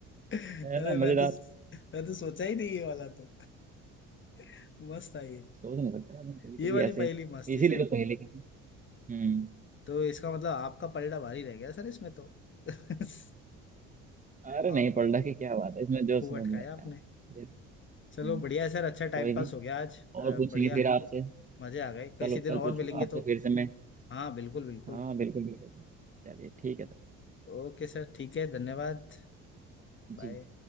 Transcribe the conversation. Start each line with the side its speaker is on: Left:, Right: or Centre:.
Left: अरे
Right: है ना
Left: मैं
Right: मजेदार
Left: तो मैं तो सोचा ही नहीं ये वाला तो <laughs> मस्त था ये
Right: सोच नहीं सकता आदमी कभी कभी
Left: ये वाली
Right: ऐसे
Left: पहेली मस्त थी
Right: इसीलिए
Left: सर
Right: तो पहले कहते हैं हम्म
Left: तो इसका मतलब आपका पलड़ा भारी रह गया सर इसमें तो <laughs>
Right: अरे
Left: आप
Right: नहीं पलटा की क्या बात है इसमें जो
Left: खूब
Right: समझ
Left: अटकाया
Right: में आया
Left: आपने
Right: इसलिए, हम्म,
Left: चलो बढ़िया है सर अच्छा टाइम
Right: कोई
Left: पास
Right: नहीं
Left: हो गया आज अ,
Right: और पूछेंगे
Left: बढ़िया
Right: फिर आपसे
Left: मजे आ गए किसी
Right: कल
Left: दिन
Right: कल
Left: और
Right: पूछूंगा
Left: मिलेंगे
Right: आपसे
Left: तो
Right: फिर से मैं
Left: हाँ बिल्कुल बिल्कुल
Right: हाँ बिल्कुल बिल्कुल सर चलिए ठीक है सर
Left: ओके सर ठीक है धन्यवाद
Right: जी
Left: बाय